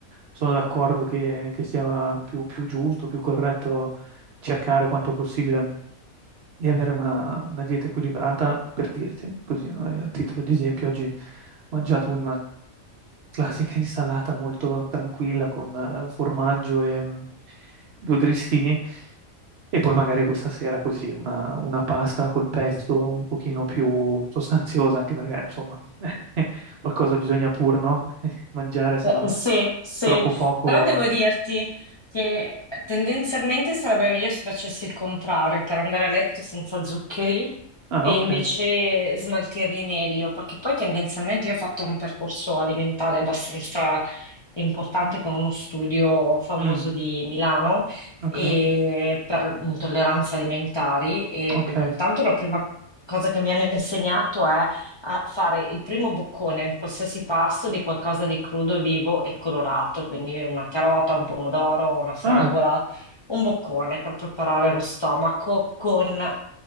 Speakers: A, on the right; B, on the left.
A: sono d'accordo che, che sia più, più giusto, più corretto cercare quanto possibile di avere una, una dieta equilibrata, per dirti, così, eh, a titolo di esempio, oggi ho mangiato una classica <laughs> insalata molto tranquilla con eh, formaggio e mm, due grissini e poi magari questa sera così una, una pasta col pesto un pochino più sostanziosa, anche perché insomma <laughs> qualcosa bisogna pur, no? <laughs> Mangiare, se
B: Eh,
A: no
B: eh, sì, sì,
A: troppo poco
B: però devo dirti che tendenzialmente sarebbe meglio se facessi il contrario, per andare a letto senza zuccheri
A: Ah,
B: e
A: ok.
B: invece smaltirli meglio, perché poi tendenzialmente io ho fatto un percorso alimentare abbastanza importante con uno studio famoso
A: Mm,
B: di Milano
A: ok,
B: e per intolleranze alimentari e
A: ok.
B: mh, tanto la prima cosa che mi hanno insegnato è a fare il primo boccone in qualsiasi pasto di qualcosa di crudo, vivo e colorato, quindi una carota, un pomodoro, una fragola,
A: Ah,
B: un boccone per preparare lo stomaco con